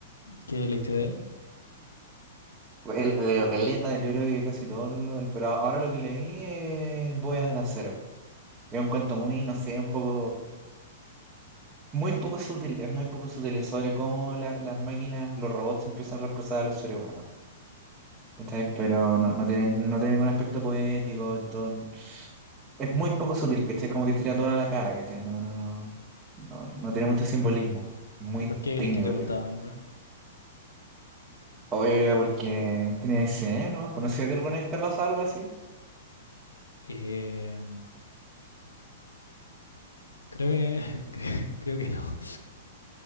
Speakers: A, on the left; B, on the right.
A: ¿Qué leíste de él?
B: Pues, el- Leo Caleta del libro que casi todo lo del, pero ahora lo que leí es Bodas de Acero. Es un cuento muy, no sé, un poco, muy poco sutil, es muy poco sutil sobre cómo la- las máquinas, los robots empiezan a reemplazar a los seres humanos. ¿Cachai? Pero no, no tiene, no tiene ningún aspecto poético, todo, es muy poco sutil, ¿cachai? Como que tira toda la cara, ¿cachai? No, no, no, no, no tiene mucho simbolismo, muy
A: ¿Y por qué crees
B: técnico
A: que te gustaba
B: el libro.
A: antes?
B: O yo creo porque tenía 16 años nomás, pues no sé si alguna vez te ha pasado algo así.
A: Eh, creo que <laughs> cre- creo que no.